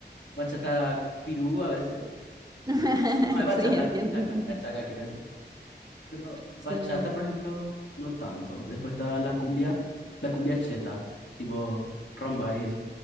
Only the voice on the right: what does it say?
<laughs>
Sí, entiendo,
entiendo.
Sí.